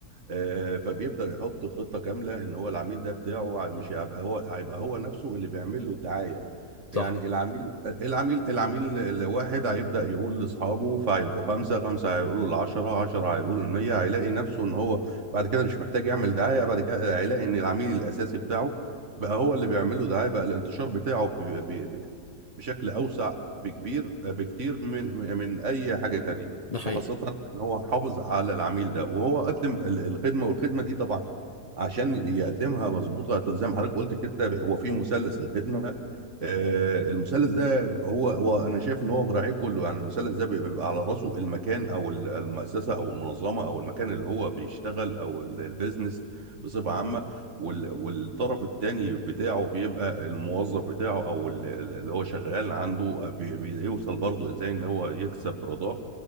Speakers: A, on the right; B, on the left.
A: آه، فبيبدأ يحط خطة كاملة ان هو العميل ده بتاعه مش هيبقى هو هيبقى هو نفسه اللي بيعمل له الدعاية يعني
B: صح
A: العميل العميل العميل الواحد هيبدأ يقول لأصحابه فهيبقوا خمسة خمسة هيقولوا لعشرة عشرة هيقولوا للمية هيلاقي نفسه ان هو بعد كده مش محتاج يعمل دعاية بعد كده هيلاقي ان العميل الأساسي بتاعه بقى هو اللي بيعمل له دعاية بقى الانتشار بتاعه بي- بي- بي- بشكل أوسع بكبير بكتير من من أي حاجة تانية
B: ده حقيقي
A: وخاصة ان هو حافظ على العميل ده وهو قدم ال- الخدمة والخدمة دي طبعا عشان يقدمها مظبوطة زي ما حضرتك قلت كده هو في مثلث الخدمة آه، المثلث ده هو هو انا شايف ان هو مراعيه كله يعني المثلث ده بيبقى على راسه المكان او ال- المؤسسة او المنظمة او المكان اللي هو بيشتغل او ال- البيزنس بصفة عامة وال- والطرف التاني بتاعه بيبقى الموظف بتاعه او ال- اللي هو شغال عنده بي- بيوصل برضه ازاي ان هو يكسب رضاه